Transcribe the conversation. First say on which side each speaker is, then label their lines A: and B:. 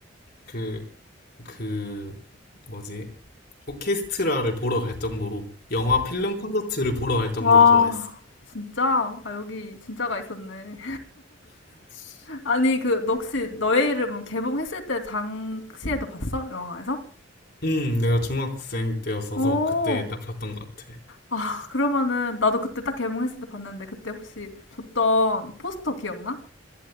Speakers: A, on the left (about 55°); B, on the left (about 90°).
A: 그, 그, 뭐지? 오케스트라를 보러 갈 정도로, 영화 필름 콘서트를 보러 갈 정도로
B: 와,
A: 좋아했어.
B: 진짜? 아, 여기 진짜가 있었네. <laughs> 아니, 그, 너 혹시 너의 이름은 개봉했을 때 당시에도 봤어? 영화에서?
A: 음, 내가 중학생 때였어서
B: 어.
A: 그때 딱 봤던 것 같아.
B: 아, 그러면은 나도 그때 딱 개봉했을 때 봤는데 그때 혹시 줬던 포스터 기억나?